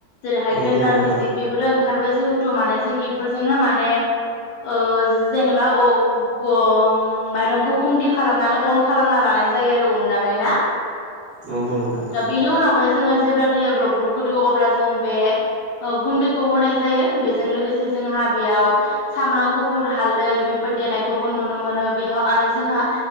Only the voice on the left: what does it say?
जेरैहाय
ग्रेन्डार
मेसिं बेफोर ओं खारबाय जिहेथु माने जों इफोरजोंनो माने ओ जेनेबा ओ अ माइरंखौ गुदि खालामनानै अन खालामना लानाय जायो आरो उननानै ना
बेनि उनाव हाय जोङो जेब्ला दैया ग्लब ग्लब गोदौ अब्ला जों बे ओ गुन्दैखौ होनाय जायो। बेजों लोगोसे जोंहा बेयाव सामब्राम गुफुर हालदै बेफोर देनायखौबो नुनो मोनो बेयाव आरो जोंहा